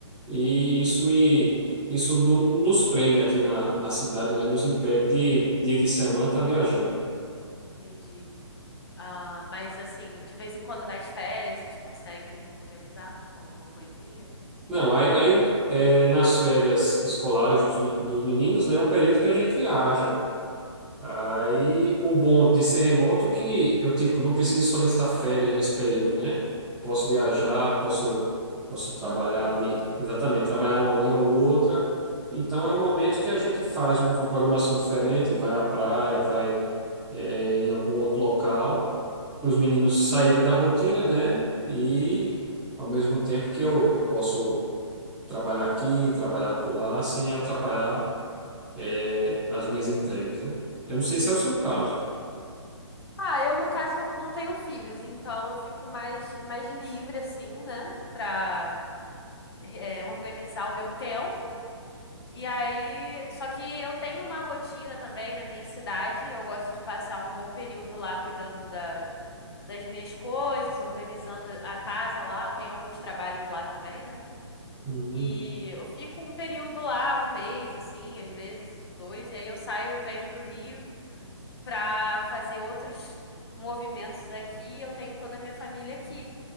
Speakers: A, in the centre; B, on the left (about 55°).
A: E isso me isso no- nos prende aqui na, na cidade, né? Nos impede de dia de semana estar viajando.
B: Entendi. Ah, mas assim, de vez em quando nas férias vocês conseguem organizar alguma coisinha?
A: Não, aí, aí é, nas férias escolares dos, men- dos meninos, né, é o período que a gente viaja. Aí o bom de ser remoto é que eu tipo não preciso solicitar férias nesse período,
B: Uhum,
A: né? Posso viajar, posso posso trabalhar
B: manter,
A: ali,
B: né?
A: exatamente, trabalhar uma horinha ou outra. Então é o momento que a gente faz um- uma programação diferente, vai à praia, vai é, em algum outro local, para os meninos saírem da rotina, né? E ao mesmo tempo que eu, eu posso trabalhar aqui, trabalhar acolá, sem atrapalhar, é, as minhas entregas, né? Eu não sei se é o seu caso.
B: Ah, eu no caso eu não tenho filhos, então eu fico mais, mais livre assim, né, Pra é, organizar o meu tempo. E aí, só que eu tenho uma rotina também na minha cidade, eu gosto de passar um bom período lá cuidando da, das minhas coisas, organizando a casa lá, eu tenho alguns trabalhos lá também, né?
A: Hum.
B: E eu fico um período lá, um mês, assim, às vezes dois, e aí eu saio, venho para o Rio para fazer outros movimentos aqui. Eu tenho toda a minha família aqui.